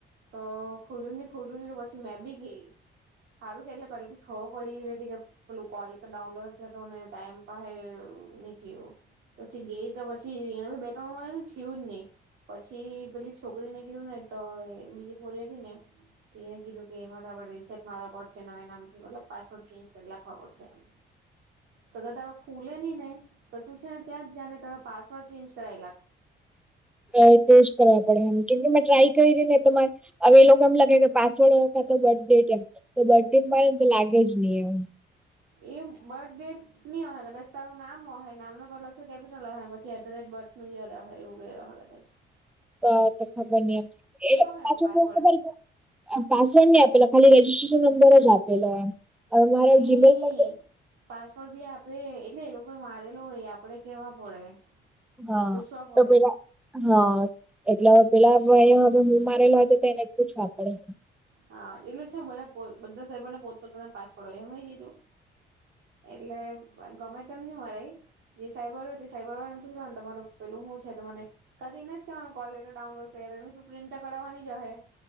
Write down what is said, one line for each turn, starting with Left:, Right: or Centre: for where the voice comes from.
Right: તો ખુરું ખુરું પછી, મેં ભી ગય‌ સારું કે એટલે પેલાથી ખબર પડી ગઈ હતી કે પેલું કોલ તો ડાઉનલોડ હતો ને ટાઈમ પાસે નથી એવું પછી ગઈ તો પછી બે ત્રણ વાર થયું જ નહી પછી પેલી છોકરીને કીધું ને તો બીજી પોરી હતી ને તેને કીધું કે એમાંણે રીસેટ મારવા પડશે એ નામથી મતલબ પાસવર્ડ ચેન્જ કરી રાખવા પડશે એમ તોર તારો ખુલે નહી ને તો તું છે ને ત્યાં જ જા ને તારા પાસવર્ડ ચેન્જ કરાવી નાખ
Centre: કો કરવા પડે એ કેમ કે મેં ટ્રાય કરી ને તો હવે એ લોકો એમ લાગે કે પાસવર્ડ તો બર્થ ડે એમ તો બર્થ ડે મા તો લાગે જ નહી એમ
Right: એ બર્થ ડેટ નની હોય કદાચ તારું નામ હોય, નામનો પેલો અક્ષર કેપિટલ હોય, પછી ધે બર્થ નું યર હશે એવું કઈ છે <inaudible>
Centre: તો તો ખબર નહી એમ એ
Right: હોય ને
Centre: પાછું
Right: પાસવર્ડ
Centre: કે ખબર પાસવર્ડ નહી આપેલો ખાલી રજીિસ્ટ્રેશન નંબર જ આપેલો એમ હવે મારે
Right: ની
Centre: જીમેલ પર તો
Right: પાચ પાસવર્ડ ભી આપે એટલે એ લોકો મારેલો હોય આપડે કહેવો પડે
Centre: હા
Right: પૂછવા પડે
Centre: તો પેલા હા એટલે હવે પેલા ભાઇ પણ મારેલો હો તો એને પૂછવા પડે
Right: હા એટલે છે બધા બધા સાહેબોના પોતપોતાના પાસવર્ડ હોય એટલે ગમે તેમ નઇ મરાય જે સાયબર હોય તે સાયબર વાળાને પૂછવા ને તમારો પેલું હું છે તો મને કદી જ કેવાનું કોલલેેટર ડાઉનલોડ કરી. તું પ્રિન્ટ તો રાવવાની જ હે